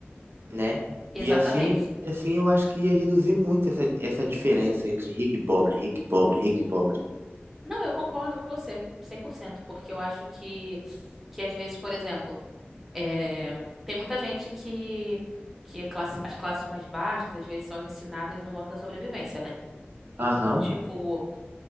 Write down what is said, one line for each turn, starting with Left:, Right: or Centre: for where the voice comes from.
Right: né?
Centre: Exatamente.
Right: E assim, e assim eu acho que ia reduzir muito essa, essa diferença entre rico e pobre, rico e pobre, rico e pobre.
Centre: Não, eu concordo com você, cem por cento porque eu acho que, que às vezes, por exemplo. É, tem muita gente que, que é classe- as classes mais baixas, às vezes, são ensinadas no modo da sobrevivência, né? Então,
Right: Aham.
Centre: tipo,